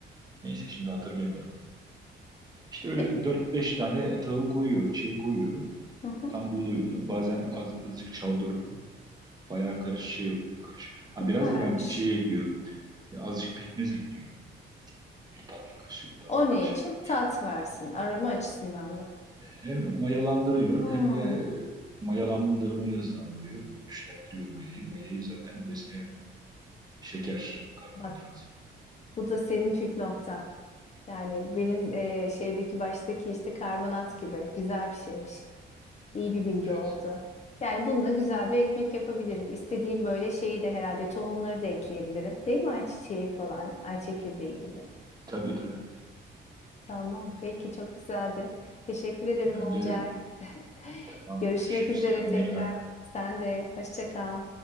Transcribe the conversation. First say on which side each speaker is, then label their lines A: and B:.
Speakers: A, on the right; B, on the left.
A: Neyse şimdi hatırlayamadım. İşte öyle
B: Ya-
A: dört beş tane tahıl koyuyor, şey koyuyorum.
B: Hı hı.
A: Tam buğday unu, bazen az, azıcık çavdar unu. Bayağı karışık şey oluyor karışık. Ha,
B: Süpermiş.
A: biraz da ben bir şey ekliyorum. E, Azıcık pekmez ekliyorum. Bir tatlı kaşık, tatlı
B: O ne
A: kaşığı
B: için?
A: kadar.
B: Tat versin. Aroma açısından mı?
A: Hem mayalandırıyor
B: Hmm,
A: hem de e, mayalandırmayı hızlandırıyor. Güçlendiriyor mayayı. Mayayı zaten besleyen şeker, karbonhidrat.
B: bak bu da senin püf noktan. Yani
A: Hı hı.
B: benim e, şeydeki baştaki işte karbonat gibi güzel bir şeymiş. İyi bir bilgi
A: Evet.
B: oldu. Yani bununla güzel bir ekmek yapabilirim. İstediğim böyle şeyi de herhalde tohumları da ekleyebilirim. Değil mi? Ayçiçeği falan, ay çekirdeği gibi.
A: Tabii tabii.
B: Tamam, peki çok güzeldi. Teşekkür ederim
A: Bence
B: Olcay.
A: de.
B: <laughs>
A: Tamam.
B: Görüşmek
A: Görüşürüz.
B: üzere
A: Kendine
B: tekrar.
A: iyi bak.
B: Sen de hoşça kal.